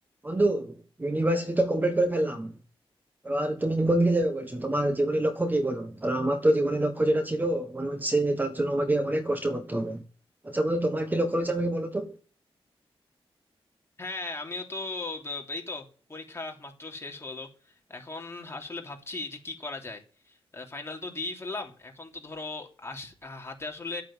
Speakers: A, on the right; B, on the left.
A: বন্ধু ইউনিভার্সিটি তো কমপ্লিট করে ফেললাম এবার তুমি কোন দিকে যাবে বলছো তোমার জীবনের লক্ষ্য কি বলো কারণ আমার তো জীবনের লক্ষ্য যেটা ছিল মনে হচ্ছে যে তার জন্য আমাকে অনেক কষ্ট করতে হবে আচ্ছা বন্ধু তোমার কি লক্ষ্য রয়েছে আমাকে বলো তো
B: হ্যাঁ আমিও তো ব- এই তো পরীক্ষা মাত্র শেষ হলো এখন আসলে ভাবছি যে কি করা যায় ফাইনাল তো দিয়েই ফেললাম এখন তো ধরো আস আহ, হাতে আসলে